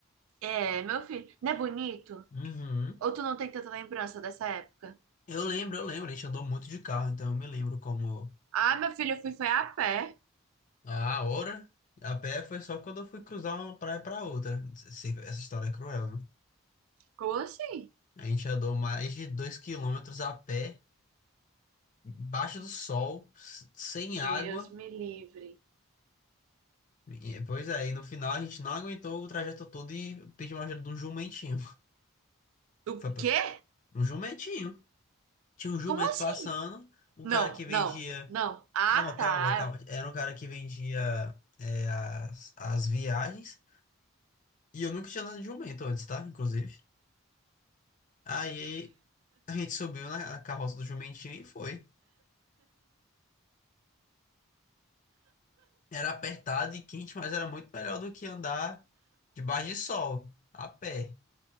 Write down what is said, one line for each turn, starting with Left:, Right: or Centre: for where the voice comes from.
Right: É, meu filho, não é bonito?
Left: Uhum.
Right: Ou tu não tem tanta lembrança dessa época?
Left: Eu lembro, eu lembro. A gente andou muito de carro, então eu me lembro como.
Right: Ah, meu filho, eu fui foi a pé.
Left: Ah, ora. A pé foi só quando eu fui cruzar uma praia pra outra. Se- Essa história é cruel, né?
Right: Como assim?
Left: A gente andou mais de dois quilômetros a pé, embaixo do sol, s- sem
Right: Deus
Left: água.
Right: me livre.
Left: E, pois é, e no final a gente não aguentou o trajeto todo e pediu uma ajuda de um jumentinho. <laughs>
Right: O
Left: Foi pra...
Right: quê?
Left: Um jumentinho. Tinha um jumento
Right: Como assim?
Left: passando, um
Right: Não,
Left: cara que vendia.
Right: não, não. Ah,
Left: Não, calma,
Right: tá.
Left: calma. Era um cara que vendia é, as, as viagens. E eu nunca tinha andado de jumento antes, tá? Inclusive. Aí a gente subiu na na carroça do jumentinho e foi. Era apertado e quente, mas era muito melhor do que andar debaixo de sol, a pé,